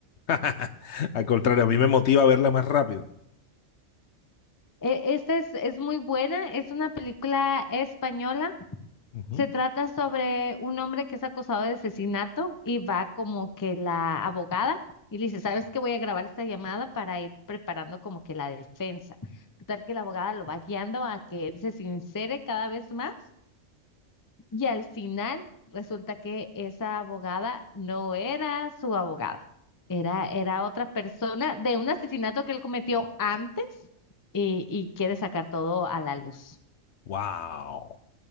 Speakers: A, on the left; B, on the left.
A: <laughs> Al contrario, a mí me motiva a verla más rápido.
B: Eh, esta es, es muy buena, es una película española
A: Ujú.
B: Se trata sobre un hombre que es acusado de asesinato y va como que la abogada y le dice, ¿sabes qué? Voy a grabar esta llamada para ir preparando como que la defensa. Total que la abogada lo va guiando a que él se sincere cada vez más y al final resulta que esa abogada no era su abogada, era, era otra persona de un asesinato que él cometió antes y, y quiere sacar todo a la luz.
A: Wow.